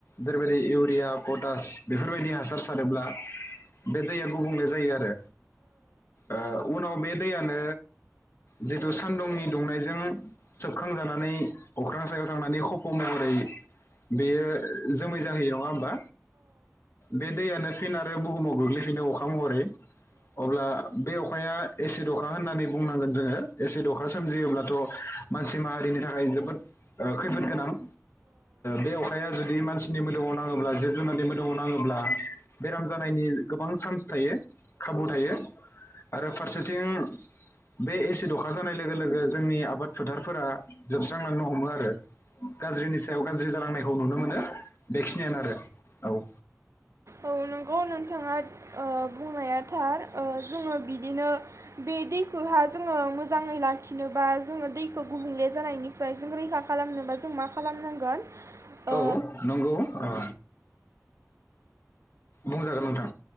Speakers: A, on the left; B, on the right.
A: जेरैबायदि इउरिया पटास बेफोरबायदि हासार सारोब्ला बे दैया गुबुंले जायो आरो ओ उनाव बे दैयानो जिथु सान्दुंनि दुंनायजों सोबखांजानानै अखा ख्रां सायाव थांनानै खफ' महरै बेयो जोमै जाहैयो नङा होमबा बे दैयानो फिन आरो बुहुमाव गोग्लैफिनो अखा महरै अब्ला बे अखाया एसिड अखा होननानै बुंनांगोन जोङो एसिड अखा सोमजियोब्लाथ' मानसि माहारिनि थाखाय जोबोद ओ खैफोद गोनां ओ बे अखाया जुदि मानसिनि मोदोमाव नाङोब्ला जिब जुनारनि मोदोमाव नाङोब्ला बेराम जानायनि गोबां चान्स थायो। खाबु थायो आरो फारसेथिं बे एसिड अखा हानाय लोगो लोगो जोंनि आबाद फोथारफोरा जोबस्रां लांनो हमो आर गाज्रिनि सायाव गाज्रि जालांनायखौ नुनो मोनो बेखिनियानो आरो औ।
B: अ नोंथाङा ओ बुंनाया थार ओ जोङो बिदिनो बे दैखौहा जोङो मोजाङै लाखिनोबा जोङो दैखौ गुबुंले जानायनिफ्राय जों रैखा खालामनोबा जों मा खालामनांगोन। ओ
A: औ नंगौ ओ बुंजागोन नोंथां